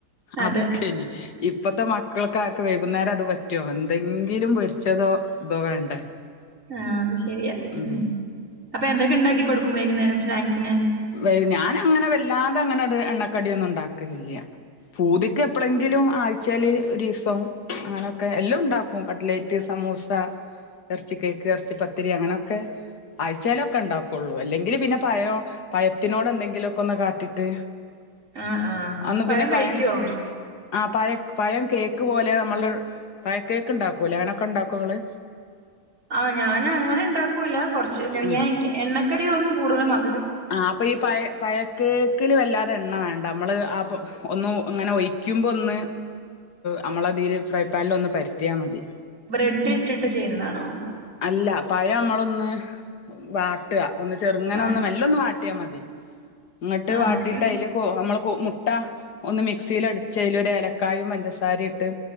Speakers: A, on the right; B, on the left.
A: അതെ
B: അതൊക്കെന്ന് ഇപ്പത്തെ മക്കൾക്ക ആർക്ക് വൈകുന്നേരം അത് പറ്റൊ എന്തെങ്കിലും പൊരിച്ചതോ ഇതോ വേണ്ടേ
A: ആ അത് ശരിയാ
B: ഉം
A: ഉ അപ്പൊ എന്തൊക്കെ ഉണ്ടാക്കി കൊടുക്കും വൈകുന്നേരം സ്നാക്സിന്
B: വെയി ഞാനങ്ങനെ വല്ലാതെങ്ങനൊരു എണ്ണക്കടിയൊന്നും ഉണ്ടാക്കലില്ല്യ പൂതിക്ക് എപ്പളെങ്കിലും ആ ച്ചല് ഒരീസം അങ്ങനൊക്കെ എല്ലൊം ഇണ്ടാക്കും കട്ലേറ്റ് സമൂസ എറച്ചി കേക്ക് എറച്ചി പത്തിരി അങ്ങനൊക്കെ ആഴ്ച്ചേലൊക്കെ ഇണ്ടാക്കൊള്ളൂ അല്ലെങ്കില് പിന്നെ പയൊ പയത്തിനോട് എന്തെങ്കിലുക്കൊന്ന് കാട്ടിട്ട്
A: ആഹ് ആഹ്
B: അന്ന്
A: പഴം
B: പിന്നെ
A: കഴിക്കുവോ
B: പയം ആ പഴ പഴം കേക്ക് പോലെ നമ്മള് പഴക്കേക്ക് ഇണ്ടാക്കൂലേ അങ്ങനൊക്കെ ഉണ്ടാക്കൊങ്ങള്
A: ആഹ് ഞാന് അങ്ങനെ ഇണ്ടാക്കൂല കൊർച്ച് ഞാൻ
B: ആ
A: എണ്ണക്കടികളൊന്നും കൂടുതലൊന്നു മ
B: ആഹ് അപ്പ ഈ പയ പയക്കേക്കില് വല്ലാതെ എണ്ണ വേണ്ട നമ്മള് അപ്പൊ ഒന്ന് ഇങ്ങനെ ഒഴിക്കുമ്പോ ഒന്ന് നമ്മളതീൽ ഫ്രൈ പാനിൽ ഒന്ന് പരത്തിയാമതി
A: ബ്രെഡ്ട്ടിട്ട് ചെയ്യുന്നതാണോ
B: അല്ല പഴ അമ്മളൊന്ന് വാട്ടാ ഒന്ന് ചെറുങ്ങനൊന്ന്
A: ആഹ്
B: മെ ല്ലൊന്ന് വാട്ടിയാമതി ഇങ്ങട്ട്
A: ആഹ്
B: വാട്ടിട്ടയില്
A: ഓക്കെ
B: ക്കൊ നമ്മള് മുട്ട ഒന്ന് മിക്സില് അടിച്ച് അയില് ഒരു ഏലക്കായിം പഞ്ചസാരിം ഇട്ട്